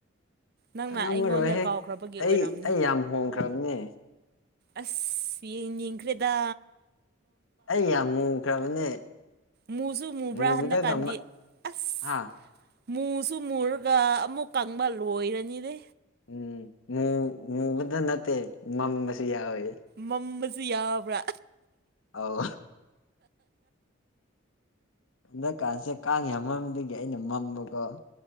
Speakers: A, on the right; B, on the left.
A: ꯅꯪꯅ
B: ꯈꯪꯉꯝꯃꯔꯣꯏꯍꯦ
A: ꯑꯩꯉꯣꯟꯗ ꯀꯥꯎꯈ꯭ꯔꯕꯒꯤ ꯑꯣꯏꯔꯝꯅꯤ
B: ꯑꯩ ꯑꯩ ꯌꯥꯝ ꯍꯣꯡꯈ꯭ꯔꯝꯅꯦ
A: ꯑꯁ ꯌꯦꯡꯅꯤꯡꯈ꯭ꯔꯦꯗ
B: ꯑꯩ ꯌꯥꯝ ꯃꯨꯈ꯭ꯔꯕꯅꯦ
A: ꯃꯨꯁꯨꯨ ꯃꯨꯕ꯭ꯔꯥ
B: ꯃꯨꯕꯗꯒ
A: ꯍꯟꯗ ꯀꯥꯟꯗꯤ
B: ꯃ
A: ꯑꯁ
B: ꯍꯥ
A: ꯃꯨꯁꯨ ꯃꯨꯔꯒ ꯑꯃꯨꯛ ꯀꯪꯕ ꯂꯣꯏꯔꯅꯤꯅꯦ
B: ꯎꯝ ꯃꯨ ꯃꯨꯕꯗ ꯅꯠꯇ ꯃꯝꯕꯁꯨ ꯌꯥꯌꯦ
A: ꯃꯝꯝꯕꯁꯨ ꯌꯥꯕ꯭ꯔꯥ
B: ꯑꯥꯎ ꯍꯟꯗꯛꯀꯥꯟꯁꯦ ꯀꯥꯡ ꯌꯥꯝꯃꯝꯗꯒꯤ ꯑꯩꯅ ꯃꯝꯕꯀꯣ